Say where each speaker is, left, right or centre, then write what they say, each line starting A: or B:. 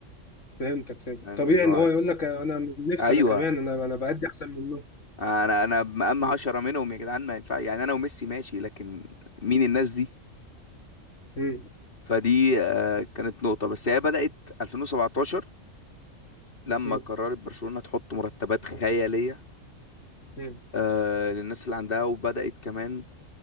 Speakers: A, on the left; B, on the left.
A: فهمتك فهمتك
B: فاهم
A: طبيعي
B: اللي هو
A: ان هو يقول لك انا نفسي
B: ايوه
A: انا كمان انا انا بأدي احسن منه
B: انا انا مقام
A: مم.
B: عشرة منهم يا جدعان ما ينفع يعني انا وميسي ماشي لكن مين الناس دي
A: مم.
B: فدي آه، كانت نقطة بس هي بدأت 2017 لما
A: مم.
B: قررت برشلونة تحط مرتبات خيالية
A: مم.
B: آه، للناس اللي عندها وبدأت كمان